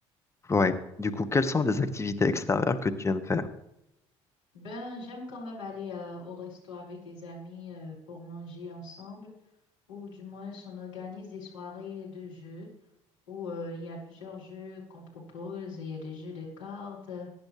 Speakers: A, on the left (about 15°); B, on the left (about 75°).
A: ouais. Du coup, quelles sont les activités extérieures que tu aimes faire?
B: Ben, j'aime quand même aller euh, au resto avec des amis euh, pour manger ensemble, ou du moins on organise des soirées de jeux où euh, il y a plusieurs jeux qu'on propose. Il y a des jeux de cartes, euh,